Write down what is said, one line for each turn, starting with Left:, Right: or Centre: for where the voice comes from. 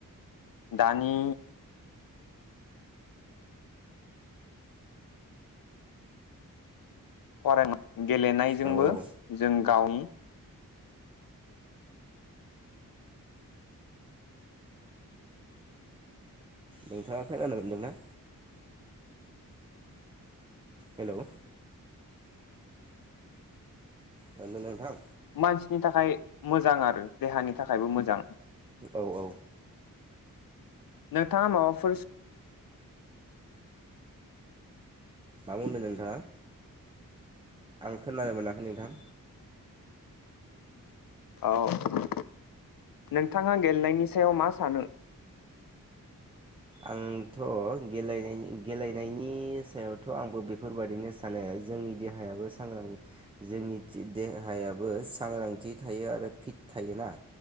Left: दानि फरायना गेलेनायजोंबो
Right: औ औ
Left: जों गावनि
Right: नोंथाङा खोनानो मोनदोंना हेलौ हेल' नोंथां
Left: मानसिनि थाखाय मोजां आरो देहानि थाखायबो मोजां
Right: औ-औ
Left: नोंथाङा माबाफोर
Right: मा बुंदों नोंथाङा आं खोनानो मोनाखै नोंथां
Left: औ नोंथाङा गेलेनायनि सायाव मा सानो
Right: आंथ' गेले-गेलेनायनि सायावथ' आंबो बेफोरबायादिनो सानो जोंनि देहायाबो सांग्रां जोंनि देहायाबो सांग्रांथि थायो आरो फिट थायोना